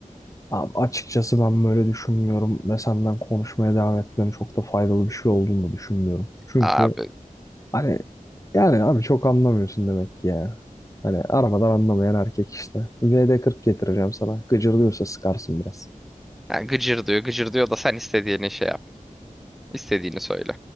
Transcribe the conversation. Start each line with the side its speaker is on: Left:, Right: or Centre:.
Left: Abi açıkçası ben böyle düşünmüyorum ve senden konuşmaya devam etmenin çok da faydalı bir şey olduğunu da düşünmüyorum. Çünkü
Centre: Abi
Left: Hani yani abi çok anlamıyorsun demek ki ya. Hani arabadan anlamayan erkek işte. V VD40 getireceğim sana. Gıcırlıyorsa sıkarsın biraz.
Centre: yani gıcır diyor gıcır diyor da sen istediğini şey yap. istediğini söyle.